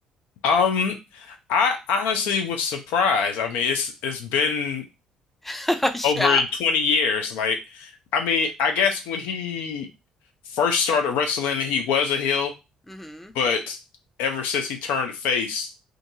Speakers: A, on the left; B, in the centre.
A: Um, I honestly was surprised. I mean, it's it's been
B: <laughs>
A: over
B: Yeah.
A: 20 years. Like, I mean, I guess when he first started wrestling, he was a heel,
B: hmm
A: but ever since he turned face,